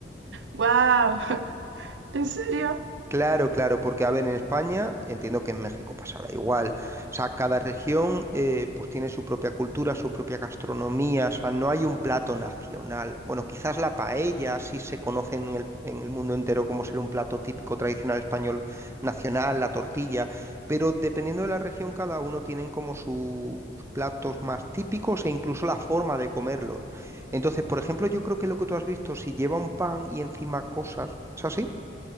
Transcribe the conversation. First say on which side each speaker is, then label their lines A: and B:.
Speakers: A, on the right (about 80°); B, on the right (about 15°).
A: ¡Wow! <laughs> ¿En serio?
B: Claro, claro, porque a ver, en España, entiendo que en México pasará igual. O sea, cada región eh, pues tiene su propia cultura, su propia gastronomía, o sea, no hay un plato nacional. Bueno, quizás la paella sí se conoce en el, en el mundo entero como ser un plato típico tradicional español nacional, la tortilla, pero dependiendo de la región, cada uno tienen como sus platos más típicos e incluso la forma de comerlos. Entonces, por ejemplo, yo creo que lo que tú has visto, si lleva un pan y encima cosas, ¿es así?